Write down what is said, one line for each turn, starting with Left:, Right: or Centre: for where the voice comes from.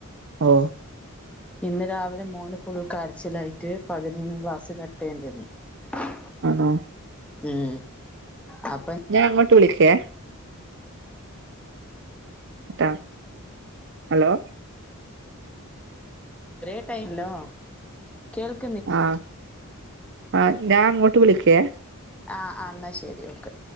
Right: ഓ
Centre: ഇന്ന് രാവിലെ മോന് ഫുൾ കര്ച്ചിലായിട്ട് പകുതിന്ന് ക്ലാസ്സ് കട്ടേയേണ്ടി വന്ന് <inaudible>
Right: ആണോ
Centre: ഉം അപ്പൊ
Right: ഞാൻ അങ്ങോട്ട് വിളിക്കേ ട്ടോ ഹലോ
Centre: ഇത്രേ ടൈമിലോ <unintelligible>
Right: ആ ആ ഞാ അങ്ങോട്ട് വിളിക്കെ
Centre: ആ ആ ന്നാ ശെരി ഓക്കെ